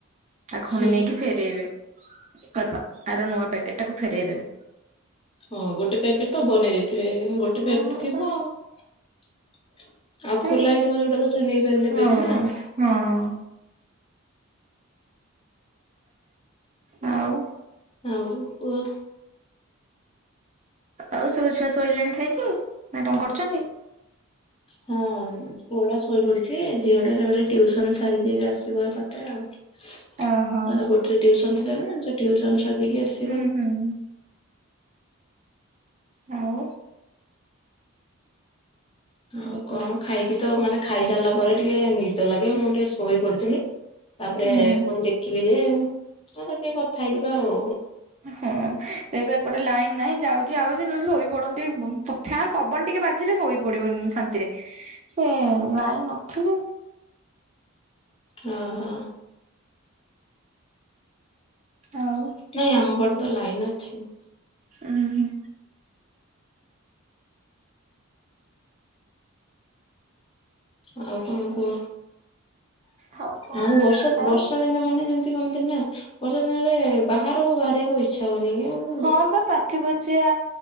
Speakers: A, on the right; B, on the left.
A: ତାକୁ ପୁଣି
B: ହୁଁ
A: ନେଇକି ଫେରେଇବେ, ପାପା ଆର ନୂଆ ପ୍ୟାକେଟ୍ ଟାକୁ ଫେରେଇ ଦେବେ।
B: ହଁ ଗୋଟେ ପ୍ୟାକେଟ୍ ତ ବନେଇ ଦେଇଥିବେ, ଗୋଟେ
A: ହଁ
B: ପ୍ୟାକେଟ୍ ଥିବ।
A: ପା
B: ଆଉ
A: ସେ
B: ଖୋଲା ହେଇଥିବ ଯୋଉଟା ତ ସେ ନେଇବେ ନେବେନି
A: ହଁ
B: ନା।
A: ହଁ, ଆଉ।
B: ଆଉ କୁହ।
A: ଆଉ ସବୁ ଛୁଆ ଶୋଇଲେଣି ଖାଇକି ନା କଣ କରୁଛନ୍ତି?
B: ହଁ ପୁଅ ଟା ଶୋଇପଡିଛି, ଝିଅ ଟା ସେପଟେ ଟିଉସନ୍ ସାରିକି ଏବେ ଆସିବ <unintelligible> ଆଉ।
A: ଓହୋ
B: ତାର ଗୋଟେ ଟିଉସନ୍ ଥିଲା ନା ସେ ଟିଉସନ୍ ସାରିକି ଆସିବ।
A: ହୁଁ ହୁଁ ଆଉ
B: ଆଉ କଣ ଖାଇକି ତ ମାନେ ଖାଇ ସାରିଲା ପରେ ଟିକେ ନିଦ ଲାଗେ ମୁଁ ଟିକେ ଶୋଇ ପଡିଥିଲି, ତାପରେ
A: ହୁଁ
B: ପୁଣି ଦେ ଖିଲି ଯେ ତାଲ ଟିକେ କଥା ହେଇଯିବା ଆଉ।
A: ହଁ ସେ ତ ଏପଟେ ଲାଇନ୍ ନାହିଁ, ଯାଉଚି ଆାଉଚି ନହେଲେ ଶୋଇ ପଡନ୍ତି ବୁ-ପ-ଫ୍ୟାନ୍ ପବନ ଟିକେ ବା ଥିଲେ ଶୋଇପଡିବନ ଶାନ୍ତିରେ, ସେ ଲାଇନ୍ ନଥିଲେ
B: ହଁ, ହଁ।
A: ଆଉ
B: ନାଇଁ ଆମ ପଟେ ତ ଲାଇନ୍ ଅଛି।
A: ଉଁ, ହୁଁ।
B: ଆଉ କଣ କୁହ?
A: ହଉ କଣ
B: ଆଉ ବର୍ଷ
A: ଆଉ
B: ବର୍ଷା ଦିନ ମାନେ ଏମତି କହନ୍ତିନେ ନା। ବର୍ଷା ଦିନରେ ବାହାରକୁ ବାହାରିବାକୁ ଇଚ୍ଛା ହୁଏନି କି ଆଉ
A: ହଁ ବା ପାଚ ପଚିଆ